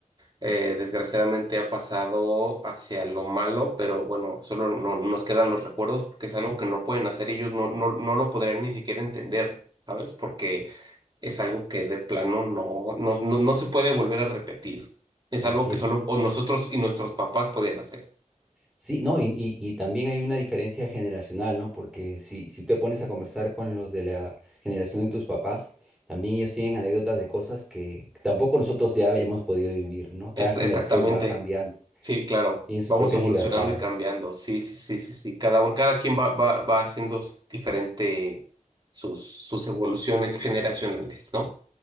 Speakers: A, on the right; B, in the centre.
A: Eh, desgraciadamente ha pasado hacia lo malo, pero bueno, solo no, nos quedan los recuerdos porque es algo que no pueden hacer ellos, no, no, no lo podrían ni siquiera entender, ¿sabes? Porque es algo que de plano no, no, no, no se puede volver a repetir. Es
B: así
A: algo que
B: es.
A: solo o nosotros y nuestros papás podían hacer.
B: Sí, no, y, y- y también hay una diferencia generacional, ¿no? Porque si, si te pones a conversar con los de la generación de tus papás, también ellos tienen anécdotas de cosas que tampoco nosotros ya hemos podido vivir, ¿no?
A: Es
B: Cada generación
A: exactamente,
B: va cambiando,
A: sí, claro.
B: tiene sus
A: Vamos
B: propias
A: evolucionando
B: libertades.
A: y cambiando. Sí, sí, sí, sí, sí. Cada, uno- cada quien va, va, va haciendo diferente sus, sus evoluciones generacionales, ¿no?